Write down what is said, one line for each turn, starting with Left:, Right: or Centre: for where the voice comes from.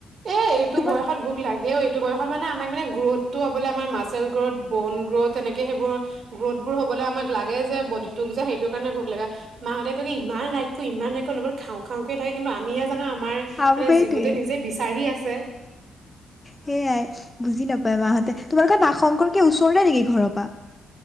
Right: এ এইটো
Left: তোমাৰ
Right: বয়সত ভোক লাগেও এইটো বয়সত মানে আমাক মানে গ্ৰ'থটো হবলে আমাৰ মাচেল গ্ৰোথ, বন গ্ৰোথ, এনেকে সেইবোৰ গ্ৰোথবোৰ হ'বলৈ আমাক লাগে যে বডিটোক যে সেইটোৰ কাৰণে ভোক লাগে। মাহঁতে কলে ইমান ৰাখো ইমান ৰাইখ খাওঁ খাওঁকে থাকে কিন্তু আমিহে জানো আমাৰ
Left: আ
Right: মানে
Left: সেইটোৱে।
Right: জীৱতে নিজে বিচাৰি আছে।
Left: সেয়াই বুজি নাপায় মাহঁতে তোমালোকৰ নাগ শংকৰকে ওচৰ নেকি ঘৰৰ পৰা